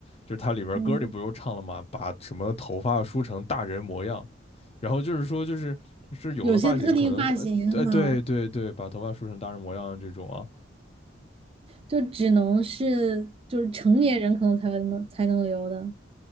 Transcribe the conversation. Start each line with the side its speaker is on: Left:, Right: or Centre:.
Left: 就是它里边歌里不就唱了嘛，
Right: 嗯，
Left: 把什么头发梳成大人模样，然后就是说就是是有的发型可能呃呃对对对，
Right: 有些特定发型哈。
Left: 把头发梳成大人模样这种啊，
Right: 就只能是就是成年人可能才能才能留的